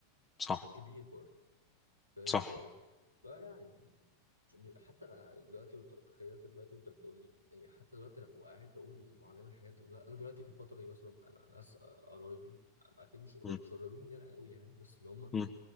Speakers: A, on the left; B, on the left.
A: صح
B: كبير بره فاهم
A: صح
B: إزاي؟ فيعني مش- حتى أنا دلوقتي وأنت تخيلت دلوقتي وأنت بتقول لي يعني حتى دلوقتي أنا وقاعد بقول معلم الحاجات دي كلها أنا دلوقتي في الفترة دي مثلا أنا ناس قرايبي أكيد مش قريب
A: مم.
B: مش قريبين مننا قوي يعني بس اللي هم
A: مم.